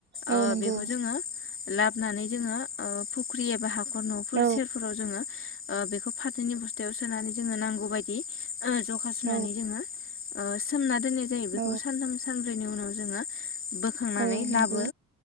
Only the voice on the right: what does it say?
औ
नंगौ
औ
औ
औ
औ नंगौ